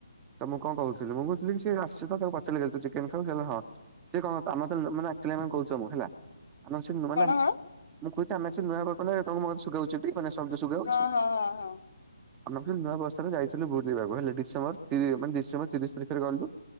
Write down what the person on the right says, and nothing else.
ତ ମୁଁ କଣ କୋହୁଥୁଲି ମୁଁ କୋହୁଥୁଲି କି ସିଏ ଆସଚି ତ ତାକୁ ପଚାରଲି ହେଲେ ତୁ ଚିକେନ ଖାଉ କହିଲେ ହଁ ସିଏ କଣ <unintelligible> ମାନେ ସେମାନଙ୍କୁ କୋହୁଚି ସବୁ ହେଲା। ଆମର ସେଠି ନୂଆ
ନାଁ
ମୁଁ କୋହୁଚି ଆମେ ଆଜି ସେଠି ନୂଆ <unintelligible> ତମକୁ ମୋର ଶୁଗାହୋଉଚି ଟି ମାନେ ଶବ୍ଦ ଶୁଭାହୋଉଛି।
ଆମ ଫିର ନୂଆ ବର୍ଷରେ ଯାଇଛନ୍ତି ବୁଲିବାକୁ ହେଲା ଡିସେମ୍ବର ତିରି-ମାନେ ଡିସେମ୍ବର ତିରିଶ ଭିତରେ ଗଲୁ